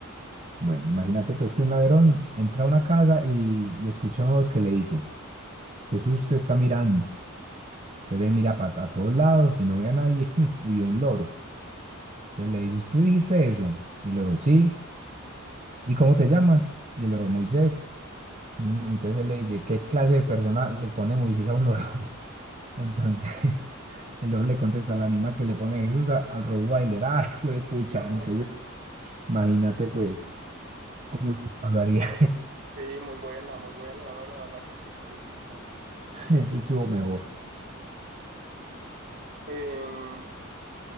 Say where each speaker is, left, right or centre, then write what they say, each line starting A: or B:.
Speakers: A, on the right (about 35°); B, on the right (about 55°).
A: Bueno, imagínate pues que un ladrón entra a una casa y, y escucha una voz que le dice, Jesús se está mirando. Entonces él mira pa- a todos lados y no ve a nadie <laughs> y vio un loro. Entonces le dices, ¿tú dijiste eso? Y el loro, sí. ¿Y cómo te llamas? Y el loro, Moisés. "Mm", Entonces él le dice, ¿qué clase de persona le pone Moisés a un loro? <laughs> Entonces <laughs> el loro le contesta la misma que le pone Jesús a- al Rottweiler. <laughs> ¡Ay, juepucha!
B: <laughs>
A: Entonces imagínate pues cómo lo destrozaría.
B: Sí, muy buena, muy buena, no, la verdad que sí, te luciste.
A: <laughs> Ese estuvo mejor.
B: Em,